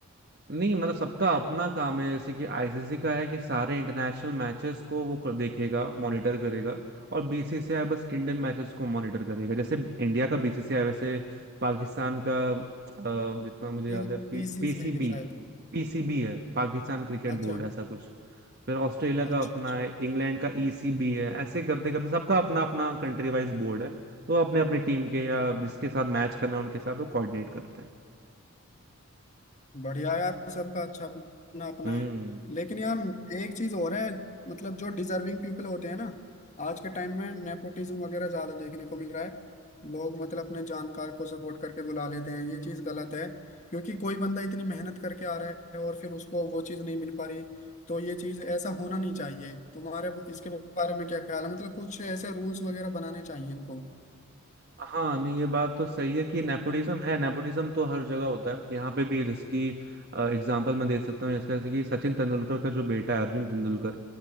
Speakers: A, on the right (about 45°); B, on the left (about 35°).
A: नहीं मतलब सबका अपना काम है जैसे कि आईसीसी का है कि सारे इंटरनेशनल मैचेस को वो कर, देखेगा मॉनिटर करेगा और बीसीसीआई बस इंडियन मैचेस को मॉनिटर करेगा जैसे इंडिया का बीसीसीआई वैसे पाकिस्तान का अ, जितना मुझे
B: बी
A: याद है पी,
B: बीसीसीआई
A: पीसीबी
B: है शायद
A: पीसीबी है पाकिस्तान क्रिकेट
B: अच्छा
A: बोर्ड ऐसा कुछ फिर ऑस्ट्रेलिया का
B: अच्छा
A: अपना
B: अच्छा
A: है इंग्लैंड का ईसीबी है ऐसे करते करते सबका अपना अपना कंट्री वाइज बोर्ड है तो वो अपने अपने टीम के या जिसके साथ मैच करना है उनके साथ वो कोऑर्डिनेट करते हैं
B: बढ़िया यार सबका अच्छा अपना अपना
A: हम्म
B: है लेकिन यार एक चीज और है मतलब जो डिजर्विंग पीपल होते हैं ना आज के टाइम में नेपोटिज्म वगैरह ज्यादा देखने को मिल रहा है लोग मतलब अपने जानकार को सपोर्ट करके बुला लेते हैं ये चीज गलत है क्योंकि कोई बंदा इतनी मेहनत करके आ रहा है और फिर उसको वो चीज नहीं मिल पा रही तो ये चीज ऐसा होना नहीं चाहिए तुम्हारे इसके बारे में क्या ख्याल है मतलब कुछ ऐसे रूल्स वगैरह बनाने चाहिए इनको
A: हाँ नहीं ये बात तो सही है कि नेपोटिज्म है नेपोटिज्म तो हर जगह होता है यहाँ पे भी है जैसे कि एग्जांपल मैं दे सकता हूँ इसका जैसे कि सचिन तेंदुलकर का जो बेटा है अर्जुन तेंदुलकर